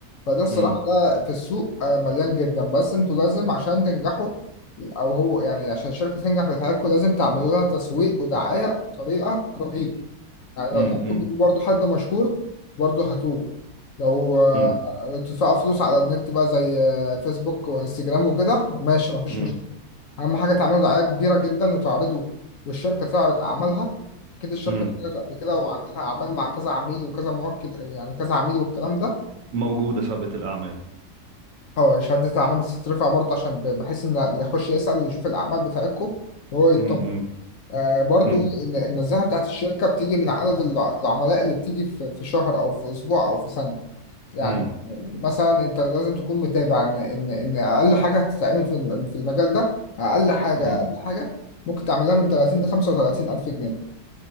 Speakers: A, on the left; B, on the right.
A: فده الصراحة
B: امم
A: ده في السوق آه، مليان جدا بس انتوا لازم عشان تنجحوا او هو يعني عشان الشركة تنجح بتاعتكم لازم تعملوا لها تسويق ودعاية بطريقة رهيبة يعني لو
B: امم
A: تلاقوا برضه حد مشهور برضه هتوه لو آه،
B: امم
A: تدفعوا فلوس على النت بقى زي آه، فيسبوك وانستجرام وكده ماشي مفيش
B: امم
A: مشكلة أهم حاجة تعملوا دعاية كبيرة جدا وتعرضوا والشركة تعرض أعمالها أكيد الشركة
B: امم
A: اتعرضت قبل كده وعندها أعمال مع كذا عميل وكذا موكل يعني كذا عميل والكلام ده
B: موجوده سابقه الاعمال
A: اه شهادة الأعمال دي تترفع برضه عشان ب- بحيث إن اللي يخش يسأل يشوف الأعمال بتاعتكم وهو يطمن
B: امم
A: آه برضه
B: امم
A: ال- النزاهة بتاعت الشركة بتيجي من عدد الع- العملاء اللي بتيجي في في شهر أو في أسبوع أو في سنة يعني
B: امم
A: مثلا أنت لازم تكون متابع إن إن إن أقل حاجة هتتعمل في الم- في المجال ده أقل حاجة
B: امم
A: أقل حاجة ممكن تعملها من 30 ل 35 ألف جنيه